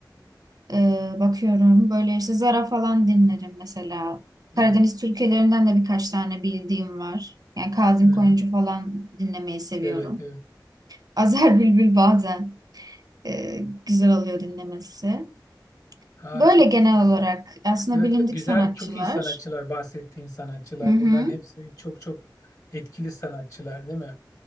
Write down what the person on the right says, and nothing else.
Ee, bakıyorum. Böyle işte Zara falan dinlerim mesela. Karadeniz
türkülerinden de birkaç tane bildiğim var. Yani Kazım
Koyuncu
falan dinlemeyi seviyorum.
<laughs> Azer Bülbül bazen e, güzel oluyor dinlemesi.
Böyle
genel
olarak aslında
bilindik
sanatçılar.
Hı hı.